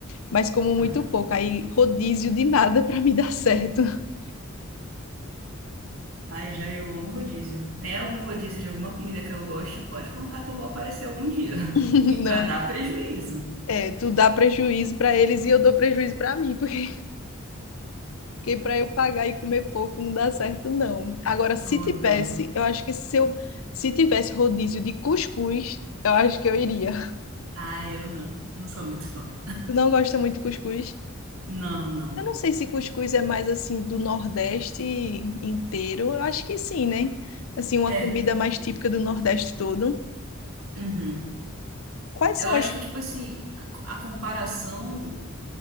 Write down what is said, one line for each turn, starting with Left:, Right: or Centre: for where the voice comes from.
Left: mas como muito
Right: Ah,
Left: pouco. Aí rodízio de nada para me dar certo. <laughs>
Right: ai, já eu amo rodízio. Tem algum rodízio de alguma comida que eu goste? Pode contar que eu vou aparecer algum dia. <laughs>
Left: Não.
Right: E pra dar prejuízo.
Left: É, tu dá prejuízo para eles e eu dou prejuízo para mim, porque, porque para eu pagar e comer pouco não dá certo, não. Agora, se
Right: Ô,
Left: tivesse,
Right: dó.
Left: eu acho que se eu, se tivesse rodízio de cuscuz, eu acho que eu iria.
Right: Ai, eu não. Não sou muito fã.
Left: Tu não gosta muito de cuscuz?
Right: Não, não.
Left: Eu não sei se cuscuz é mais assim do Nordeste inteiro. Eu acho que sim, né? Assim, uma
Right: é
Left: comida mais típica do Nordeste todo.
Right: Uhum.
Left: Quais
Right: Eu
Left: são
Right: acho
Left: as
Right: que, tipo assim, a, a comparação.